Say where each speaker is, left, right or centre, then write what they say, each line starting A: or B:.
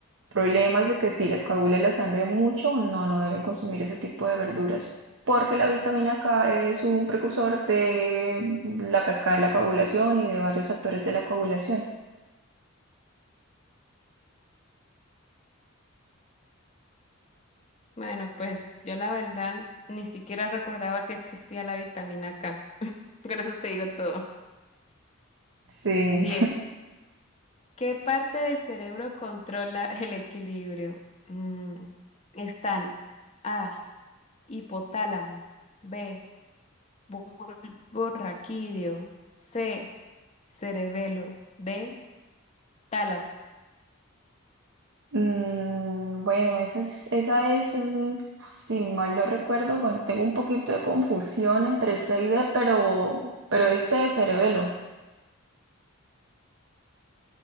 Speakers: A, on the right; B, on the left.
A: problemas de que sí les coagule la sangre mucho, no, no deben consumir ese tipo de verduras. Porque la vitamina K es un precursor de la cascada de la coagulación y de varios factores de la coagulación.
B: Bueno, pues yo la verdad ni siquiera recordaba que existía la vitamina K. Con eso te digo todo.
A: Sí.
B: 10. ¿Qué parte del cerebro controla <laughs> el equilibrio? Mm, están A, hipotálamo, B, bulbo raquídeo, C, cerebelo, D, tálamo.
A: Mm, bueno, esa es, esa es, mm, si mal no recuerdo, bueno, tengo un poquito de confusión entre C y D, pero, pero es C, cerebelo.